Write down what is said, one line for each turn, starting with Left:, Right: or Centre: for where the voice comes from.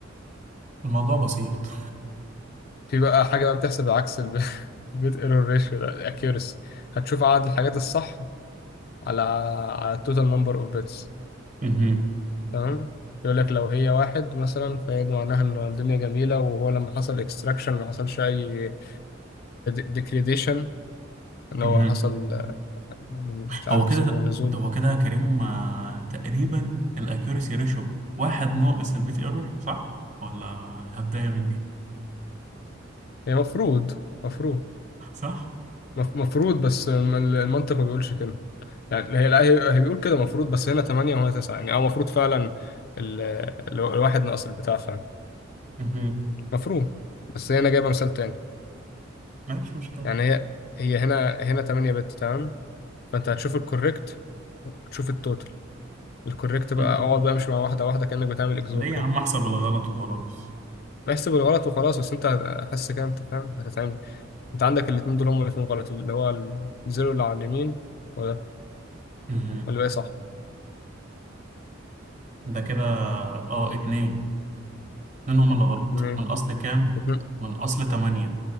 Right: الموضوع بسيط
Left: في بقى حاجة بقى بتحسب العكس <laughs> البيت ايرور ريشيو ده الاكيورسي هتشوف عدد الحاجات الصح على على التوتال نمبر اوف بيتس
Right: مهم.
Left: تمام يقول لك لو هي واحد مثلا فهي دي معناها ان الدنيا جميلة وهو لما حصل اكستراكشن ما حصلش اي ديجريديشن ان
Right: مهم.
Left: هو حصل آه، مش عارف
Right: هو كده
Left: يسموه نزول
Right: هو كده كريم آه، تقريبا الاكيوريسي ريشو واحد ناقص البيت ايرور صح ولا هبدايه مني
Left: هي مفروض مفروض
Right: صح
Left: مف- مفروض بس المنطق ما بيقولش كده يعني هي لا هي هي بيقول كده مفروض بس هنا 8 وهنا 9 يعني اه المفروض فعلا ال- الواحد ناقص البتاع فعلا
Right: مهم.
Left: مفروض بس هي هنا جايبه مثال تاني
Right: لا مش مشكله
Left: يعني هي هي هنا هنا 8 بت تمام فانت هتشوف الكوريكت وتشوف التوتال الكوريكت بقى
Right: مهم.
Left: اقعد بقى امشي مع واحده واحده كانك بتعمل اكزور
Right: ليه
Left: كده
Right: يا عم احسب الغلط وخلاص
Left: احسب الغلط وخلاص بس انت حاسس كده انت فاهم هتتعمل انت عندك الاثنين دول هم الاثنين غلط اللي هو الزيرو اللي على اليمين ولا
Right: مهم.
Left: ولا ايه صح
Right: ده كده اه اتنين اتنين هما اللي غلط
Left: اتنين
Right: من اصل كام
Left: اتنين
Right: من اصل تمانية